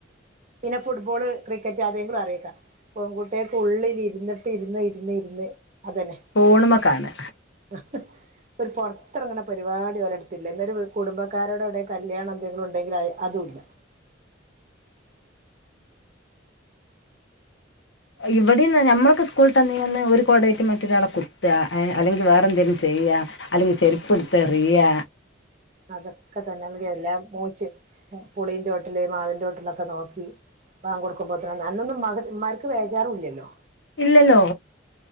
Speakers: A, on the right; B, on the left.
A: പിന്നെ ഫുട്ബോള് ക്രിക്കറ്റ് ആതെങ്കിലും അറിയേക്ക പെൺകുട്ടെക്ക് ഉള്ളില ഇരുന്നിട്ട് ഇരുന്ന് ഇരുന്ന് ഇരുന്ന് അതന്നെ
B: ഫോണുമക്കാണ്
A: ആഹ് ഒരു പുറത്തിറങ്ങനെ പരിപാടി ഓലെടുത്തില്ല എന്നരു കുടുംബക്കാരോടെ അവിടെ കല്യാണം ങ്ങള് ഉണ്ടെങ്കിൽ അതുല്ല
B: ഇവിടെന്ന് നമ്മൊക്കെ സ്കൂളിൽ തന്നന്ന് ഒരു കോടയായിട്ട് മറ്റൊരാളെ കു അല്ലെങ്കിൽ വേറെ എന്തേങ്കിലും ചെയ്യുക അല്ലെങ്കിൽ ചെരുപ്പ എടുത്ത് എറിയുക
A: അതൊക്കെ തന്നെ നക്ക് എല്ലാം മോച്ച് പുളീന്റെ ചോട്ട്ല് മാവിന്റെ ചോട്ട്ല്ലൊക്കെ നോക്കി ബാക്ക്കൊടുക്കുമ്പോത്ത് ന് അന്നൊന്നും മഗ് ഇന്മാർക്ക് വേജാറുഇല്ലല്ലോ
B: ഇല്ലല്ലോ